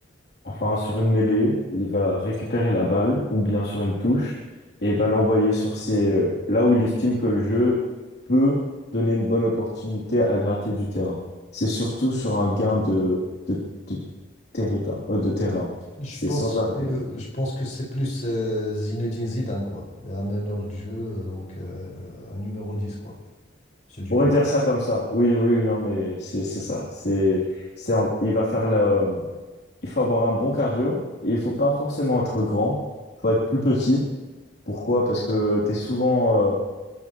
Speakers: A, on the left; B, on the left.
A: enfin sur une mêlée, il va récupérer la balle ou bien sur une touche et va l'envoyer sur ses là où il estime que le jeu peut donner une bonne opportunité à gratter du terrain. C'est surtout sur un gain de de, de territoire, euh, de terrain.
B: Je
A: C'est
B: pense
A: sans arrêt.
B: que je pense que c'est plus euh, Zinedine Zidane quoi, un meneur de jeu euh, donc euh, un numéro 10 quoi, ce Dupont.
A: On pourrait dire ça comme ça. Oui, oui, non, mais c'est c'est ça. C'est c'est en- il va faire la il faut avoir un bon cardio et il faut pas forcément être grand. Il faut être plus petit. Pourquoi? Parce que t'es souvent, euh,